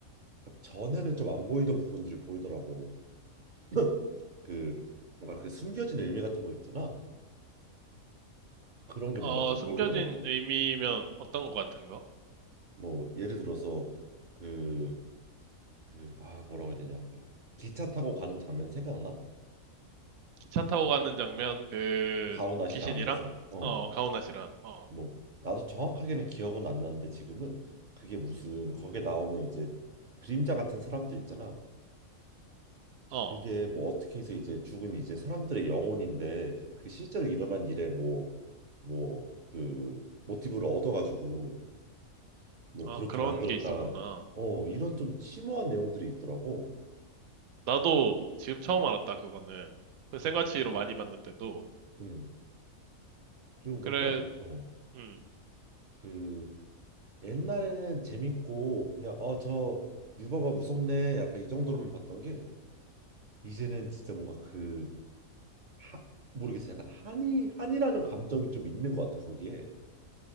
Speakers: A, on the right; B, on the right.
A: 그러니까 전에는 좀 안 보이던 부분들이 보이더라고. <laughs> 그 뭔가 그 숨겨진 의미 같은 거 있잖아. 그런 게
B: 어,
A: 뭔가 좀
B: 숨겨진
A: 보이더라고.
B: 의미면 어떤 거 같은 거?
A: 뭐 예를 들어서 그, 그, 아 뭐라고 해야 되냐 그 기차 타고 가는 장면 생각나?
B: 차 타고 가는 장면, 그,
A: 가오나 씨랑
B: 귀신이랑,
A: 앉아서 어
B: 어, 가오나 씨랑, 어,
A: 뭐 나도 정확하게는 기억은 안 나는데 지금은 그게 무슨 거기에 나오는 이제 그림자 같은 사람들 있잖아
B: 어,
A: 그게 뭐 어떻게 해서 이제 죽은 이제 사람들의 영혼인데 그게 실제로 일어난 일에 뭐 뭐 그 모티브를 얻어가지고 뭐
B: 아,
A: 그렇게
B: 그런
A: 만들었다
B: 게 있었구나.
A: 어 이런 좀 심오한 내용들이 있더라고
B: 나도 지금 처음 알았다, 그거는. 그 생과치로
A: 음,
B: 많이 봤는데도.
A: 음. 그리고 뭔가
B: 그래,
A: 어
B: 음,
A: 그 옛날에는 재밌고 그냥 어 저 유바바 무섭네 약간 이 정도로만 봤던 게 이제는 진짜 뭔가 그 하, 모르겠어 약간 한이 한이라는 감정이 좀 있는 것 같아 거기에